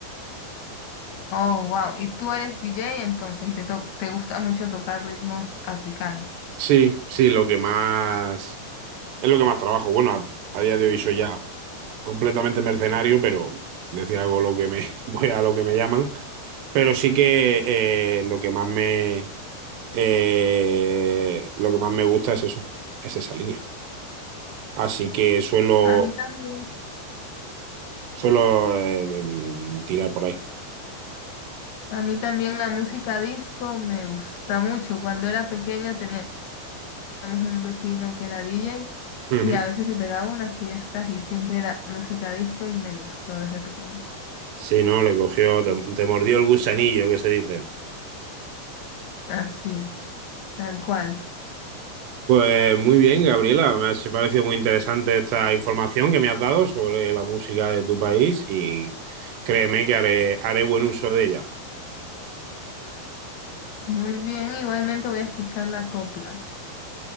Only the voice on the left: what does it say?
Oh, wow. Y tú eres DJ entonces y te, to- te gusta mucho tocar ritmos africanos.
A mí también.
A mí también la música disco me gusta mucho. Cuando era pequeña teníamos un vecino que era DJ
y a veces se pegaba unas fiestas y siempre era música disco y me gustó desde pequeña.
Así, tal cual.
Muy bien, igualmente voy a escuchar la copla.